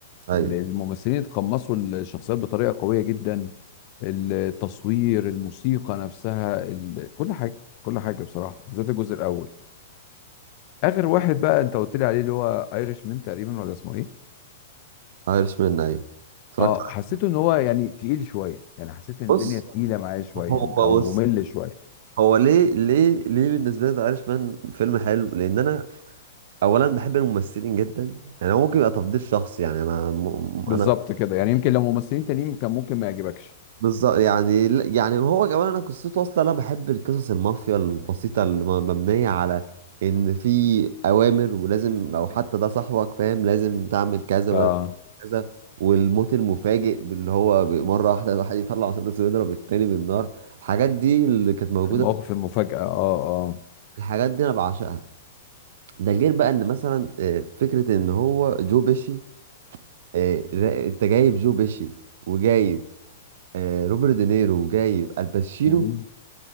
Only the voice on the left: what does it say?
ان الممثلين اتقمصوا الشخصيات بطريقه قويه جدا التصوير الموسيقى نفسها ال... كل حاجه كل حاجه بصراحه بالذات الجزء الاول اخر واحد بقى انت قلت لي عليه اللي هو ايرش مان تقريبا ولا اسمه ايه
اه
حسيته ان هو يعني تقيل شويه يعني حسيت ان
الدنيا تقيله معايا شويه
او ممل
شويه
بالظبط
كده يعني يمكن لو ممثلين تانيين كان ممكن ما يعجبكش
اه
المواقف
المفاجاه اه اه
مم.